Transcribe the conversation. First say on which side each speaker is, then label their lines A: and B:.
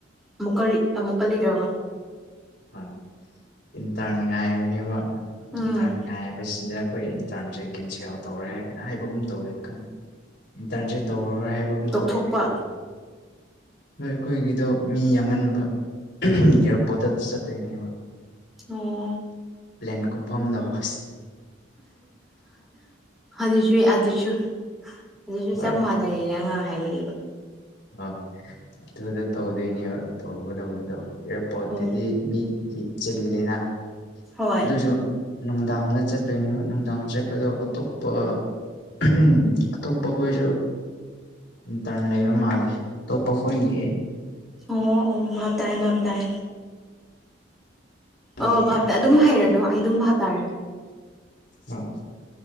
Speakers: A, in the centre; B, on the left.
A: ꯑꯃꯨꯛꯀ ꯂꯤ ꯑꯃꯨꯛꯀ ꯂꯤꯔꯛꯑꯣ
B: ꯍꯣꯏ ꯏꯟꯇ꯭ꯔꯟ ꯉꯥꯏꯕꯅꯦꯕ
A: ꯎꯝ
B: ꯏꯟꯇ꯭ꯔꯟ ꯉꯥꯏꯕꯁꯤꯗ ꯑꯩꯈꯣꯏ ꯏꯟꯇꯔꯟꯁꯦ ꯀꯦꯟꯁꯦꯜ ꯇꯧꯔꯦ ꯍꯥꯏ ꯍꯥꯏꯕꯒꯨꯝ ꯇꯧꯋꯦ ꯈꯪ ꯏꯟꯇꯔꯟꯁꯦ ꯇꯧꯔꯔꯣꯏ ꯍꯥꯏꯕ ꯍꯥꯏꯕꯒꯨꯝ
A: ꯇꯣꯛꯊꯣꯛꯄ
B: ꯇꯧꯋꯦ ꯑꯗꯨꯒꯤ ꯅꯣꯏ ꯑꯩꯈꯣꯏꯒꯤꯗꯣ ꯃꯤ ꯌꯥꯝ ꯑꯃꯟꯕ ꯑꯦꯌꯥꯔꯄꯣꯠꯇ ꯆꯠꯇꯣꯏꯅꯦꯕ
A: ꯑꯣ
B: ꯄ꯭ꯂꯦꯟ ꯀꯨꯝꯐꯝꯗꯣ ꯑꯁ
A: ꯑꯗꯨꯁꯨ ꯑꯗꯨꯁꯨ ꯑꯗꯨꯁꯨ
B: ꯍꯣꯏ
A: ꯆꯞ ꯃꯥꯟꯅꯩꯌꯦ <unintelligible> ꯍꯥꯏꯕꯅꯦꯕ
B: ꯑ ꯑꯗꯨꯗ ꯇꯧꯗꯣꯏꯅꯦꯕ ꯇꯧꯒꯗꯕꯗꯣ ꯑꯦꯌꯥꯔꯄꯣꯔꯠꯇꯨꯗꯤ
A: ꯑꯣ
B: ꯃꯤ ꯗꯤ ꯆꯤꯜꯂꯤꯅ
A: ꯍꯣꯏ
B: ꯑꯗꯨꯁꯨ ꯅꯨꯡꯗꯥꯡꯗ ꯆꯠꯇꯣꯏꯅꯦꯕ ꯅꯨꯡꯗꯥꯡ ꯆꯠꯄꯗꯣ ꯑꯇꯣꯞꯄ ꯎꯝ ꯑꯇꯣꯞꯄ ꯈꯣꯏꯁꯨ ꯏꯟꯇ꯭ꯔꯟ ꯂꯩꯕ ꯃꯥꯂꯦ ꯑꯇꯣꯞꯄꯈꯣꯏꯒꯤ
A: ꯑꯣ ꯑꯣ ꯚꯥꯞ ꯇꯥꯏ ꯚꯥꯞ ꯇꯥꯏ
B: ꯅꯪꯒꯤ
A: ꯑꯣ ꯚꯥꯞ ꯇꯥꯏ ꯑꯗꯨꯝ ꯍꯥꯏꯔꯅꯨ ꯑꯩ ꯑꯗꯨꯝ ꯚꯥꯞ ꯇꯥꯔꯦ
B: ꯑ